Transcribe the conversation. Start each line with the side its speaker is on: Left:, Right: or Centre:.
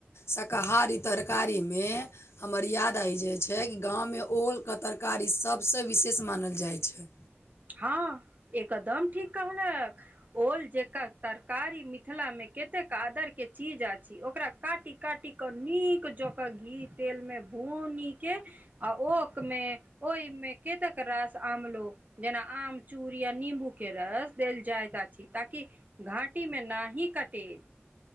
Left: शाकाहारी तरकारीमे हमर याद आइ जाइ छैय कि गाँवमे ओलके तरकारी सभ स विशेष मानल जाइ छैय।
Right: हँ एकदम ठीक कहलक। ओल जेकर तरकारी मिथिलामे कतेक आदरके चीज अछि ओकरा काटि काटि क नीक जका घी तेलमे भुनीके आ ओकमे ओहिमे केतेक रास आमलो जेना आम चूड़ या निम्बूके रस देल जाइत अछि ताकि घाटी मे नाही कटे।